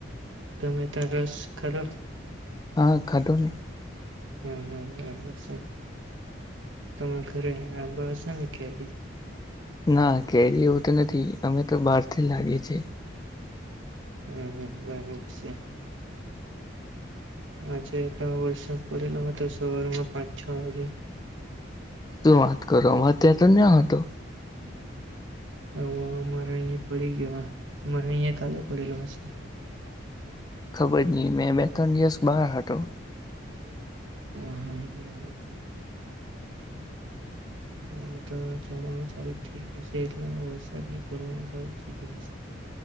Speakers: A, on the right; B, on the left.
A: તમે તો રસ કરો.
B: હા ખાટોને.
A: હમ. હા બરાબર છે, તમા ઘરે આંબા હશે ને કેરી
B: ના કેરી એવું તો નથી, અમે તો બહારથી લાગીએ છીએ.
A: હમ. હમ. બરાબર છે. હછા એટલા વર્ષ પેલા તો સવારમાં પાંચ છ વાગે
B: શું વાત કરો અમે ત્યાં તો ન્યા હતો.
A: હ અમારે અહિયાં પડી ગયો, અમારે અહિયાં કાલે પડેલો હશે.
B: ખબર નહ મેં બે ત્રણ દિવસ બાર હતો.
A: હ. હા. હ હવે તો જમાણું ચારુ થઇ ગયું છે, એટલે વરસાદ બી પડવાનું સારુ થઇ જાય છે.